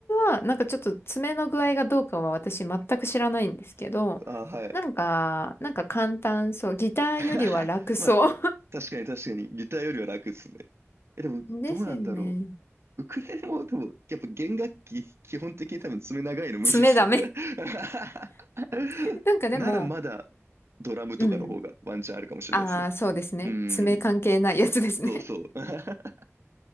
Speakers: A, on the left (about 50°); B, on the right (about 60°).
A: は、なんかちょっと爪の具合がどうかは私全く知らないんですけど、
B: あーはい。
A: なんか、なんか簡単そう。ギターよりは楽そう。
B: <laughs> まあ、確かに確かに、ギターよりは楽ですね。え、でも、
A: <laughs> ですよね。
B: どうなんだろう。ウクレレも、でも、やっぱ弦楽器、基本的に多分爪長いのむずいっすよ。
A: 爪ダメ。
B: <laughs>
A: <laughs> なんかでも、
B: ならまだ、ドラムとかの方がワンチャンあるかもしれないですね。
A: うん。ああ、そうですね。
B: うん。
A: 爪関係ないやつですね
B: そうそう。<laughs>